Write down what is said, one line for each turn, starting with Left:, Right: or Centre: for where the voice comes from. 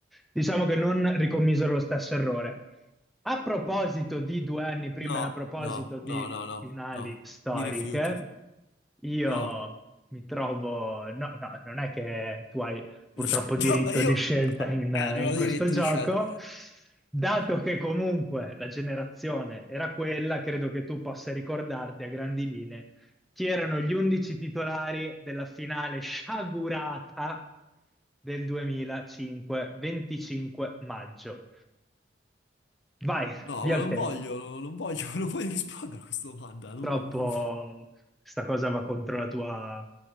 Centre: Diciamo che non ricommisero lo stesso errore. A proposito di due anni prima,
Left: No,
Centre: e a proposito
Left: no,
Centre: di
Left: no, no, no,
Centre: finali
Left: no.
Centre: storiche,
Left: Mi rifiuto.
Centre: io
Left: No, no.
Centre: mi trovo... No, no, non è che tu hai purtroppo
Left: <laughs>
Centre: diritto
Left: No, io...
Centre: di scelta in,
Left: Eh, non
Centre: in
Left: ho
Centre: questo
Left: diritto
Centre: gioco.
Left: di scelta.
Centre: Dato che comunque la generazione era quella, credo che tu possa ricordarti a grandi linee chi erano gli 11 titolari della finale sciagurata del 2005, 25 maggio. Vai,
Left: No,
Centre: via
Left: ma
Centre: il
Left: non
Centre: tempo.
Left: voglio, no- non voglio, <laughs> non voglio rispondere a questa domanda.
Centre: Purtroppo
Left: non-
Centre: sta cosa va contro la tua,